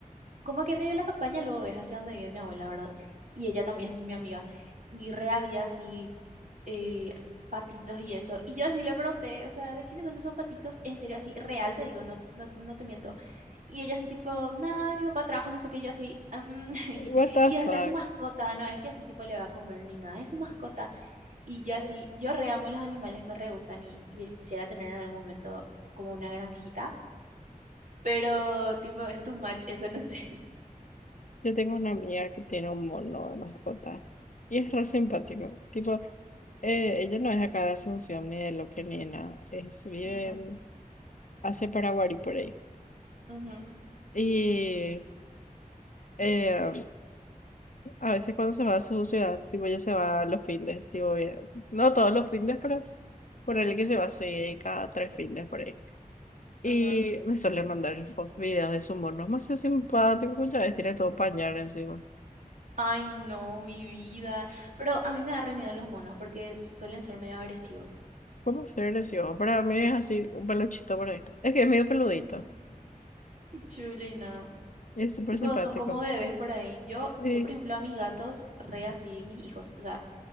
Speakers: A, on the right; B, on the left.
A: como que medio la campaña luego es hacia donde vive mi abuela, ¿verdad? Y ella también, <laughs> mi amiga. Y re había así eh, patitos y eso. Y yo así le pregunté, o sea, ¿de quiénes son esos patitos? En serio, así, real, te digo, no, no, no te miento. Y ella así tipo, nada, mi papá trabaja, no sé qué, y yo así, "Mm". <laughs>
B: What the
A: y
B: fuck.
A: es re su mascota, no es que así tipo le va a comer ni nada, es su mascota. Y yo así, yo re amo los animales, me re gustan y qui- quisiera tener en algún momento como una granjita, pero tipo, es too much, eso no sé.
B: Yo tengo una amiga que tiene un mono de mascota y es re simpático. Tipo, eh, ella no es acá de Asunción ni de Loque ni de nada. Es, vive
A: <laughs>
B: en- hacia Paraguay por ahí.
A: ujú,
B: Y eh, A veces cuando se va a su ciudad, tipo ella se va los fines, tipo bien. No todos los fines, pero ponerle que se va así cada tres fines por ahí.
A: ujú,
B: Y
A: ujú.
B: me suele mandar fo- videos de su mono. Es más simpático, pues, ya ves, tiene todo pañal encima.
A: Ay, no, mi vida. Pero a mí me da re miedo los monos porque suelen ser medio agresivos.
B: ¿Cómo ser lesión? Para mí es así, un peluchito por ahí. Es que es medio peludito.
A: Mm, chulina. <laughs>
B: y Es súper
A: Tipo,
B: simpático.
A: son como bebés por ahí. Yo,
B: Sí,
A: yo, por ejemplo, a mis gatos, re así, mis hijos. O sea,